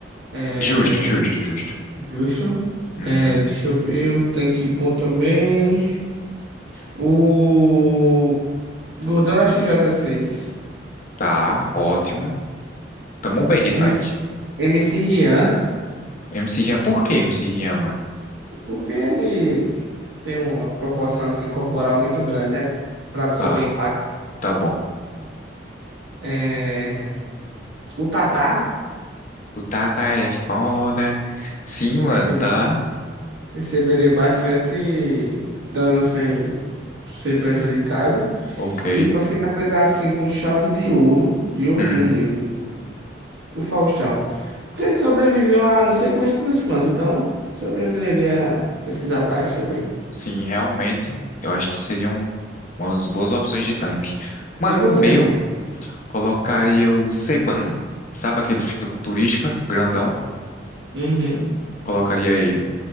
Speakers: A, on the right; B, on the left.
A: É
B: Justo, justo, justo.
A: justo.
B: Uhum.
A: É, deixa eu ver um tanque bom também. O Gordon XJ6.
B: Tá, ótimo. Tamo bem de
A: MC,
B: tanque.
A: MC M C Rian.
B: MC Rian, por que MC Rian, mano?
A: Porque ele tem uma proporção assim, corporal muito grande, né? Para absorver
B: Tá,
A: impacto.
B: tá bom.
A: É, o Tatá,
B: Tu tá na é foda. Sim, mano,
A: né, que ele
B: tá.
A: receberia bastante dano sem ser prejudicado.
B: Ok.
A: E pra finalizar assim com chave de ouro, de ourinho
B: Hum,
A: mesmo, assim, o Faustão. Porque ele sobreviveu a não sei quantos transplantes, então sobreviveria a esses ataques também.
B: sim, realmente, eu acho que seriam umas boas opções de tanque. Mano,
A: E você,
B: o meu,
A: mano?
B: colocaria o Seban, sabe aquele fisiculturista grandão?
A: Uhum.
B: Colocaria ele.